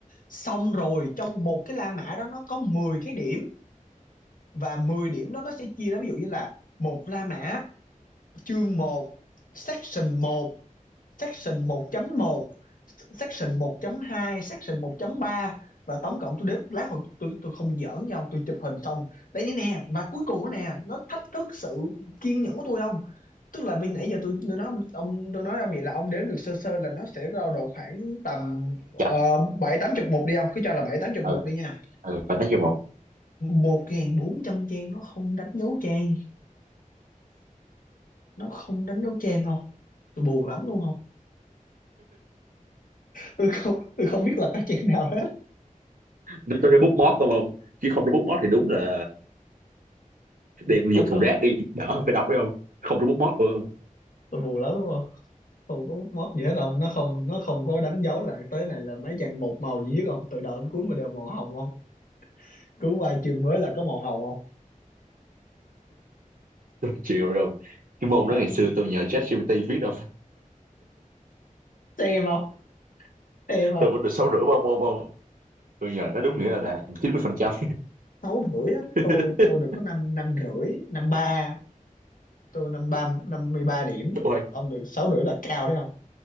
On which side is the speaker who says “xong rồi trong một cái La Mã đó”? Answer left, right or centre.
Left